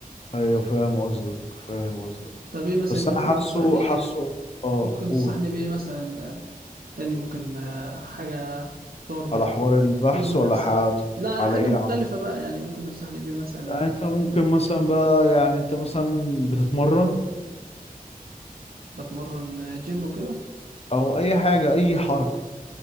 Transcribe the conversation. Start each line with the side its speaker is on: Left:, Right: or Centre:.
Left: ايوه فاهم قصدك فاهم قصدك
Right: طب إيه مثلا
Left: بس
Right: أنت
Left: انا
Right: ممكن
Left: حاسه
Right: تنصحني إيه؟
Left: حاسه اه
Right: ممكن
Left: قول
Right: تنصحني بإيه مثلا تاني ممكن آه، حاجة تطور
Left: على
Right: ب-
Left: حوار البحث
Right: تطور من
Left: ولا
Right: نفسي
Left: حاجات
Right: لا
Left: على
Right: حاجة
Left: ايه
Right: مختلفة
Left: يعني
Right: بقى يعني ممكن تنصحني بإيه مثلا
Left: يعني انت ممكن مثلا بقى يعني انت مثلا بتتمرن
Right: بتمرن جيم وكده
Left: او اي حاجه اي حركه